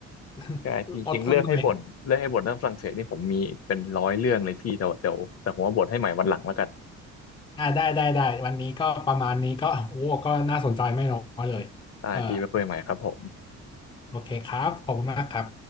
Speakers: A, on the left (about 15°); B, on the left (about 55°).
A: <laughs>
B: ใช่พี่จริงเลือกให้บ่นเลือกให้บ่นเรื่องฝรั่งเศสนี่ผมมีเป็นร้อยเรื่องเลยพี่แต่ว่าเดี๋ยวแต่ผมว่าบ่นให้ใหม่วันหลังแล้วกัน
A: อดทนหน่อย อ่าได้ได้ได้วันนี้ก็ประมาณนี้ก็โอ้ก็น่าสนใจไม่น้อยเลยเออ
B: ได้พี่ไปคุยใหม่ครับผม
A: โอเคครับขอบคุณมากครับ